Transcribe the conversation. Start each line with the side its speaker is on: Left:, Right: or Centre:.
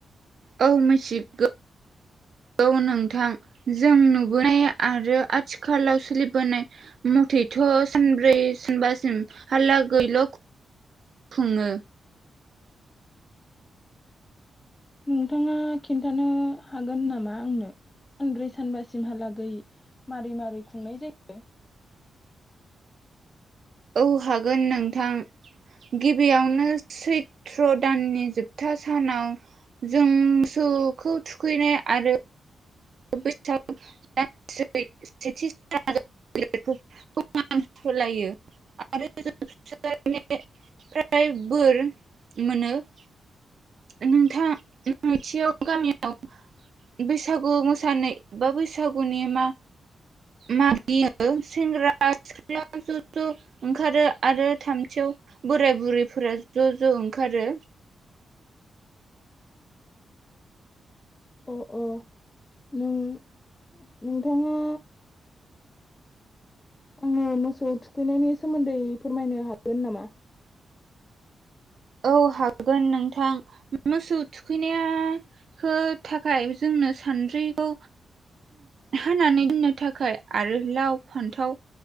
Right: औ मिथिगौ नोंथां जों नुबोनाय आरो आथिखालाव सोलिबोनाय मथेथ' सानब्रै सानबासिम हालागैल' खुङो।
Left: नोंथाङा खिनथानो हागोन नामा आंनो सानब्रै सानबासिमहालागै मारै मारै खुंनाय जायो?
Right: औ हागोन नोंथां गिबियावनो सैत्र दाननि जोबथा सानाव जों मोसौखौ थुखैनाय आरो <unintelligible> बोर मोनो नोंथां नैथियाव गामियाव बैसागो मो साननै एबा बैसागुनि मा मागियो सेंग्रा सिख्ला ज' ज' ओंखारो आरो थामथियाव बोराय बुरैफोरा ज' ज' ओंखारो
Left: अ अ नों नोंथांङा आंनो मोसौ थुखैनायनि सोमोन्दै फोरमायनो हागोन नामा?
Right: औ हागोन नोंथां मोसौ थुखैनाया खौ थाखाय जोंनो सान्द्रिखौ होनानै दोननो थाखाय आरो लाव फान्थाव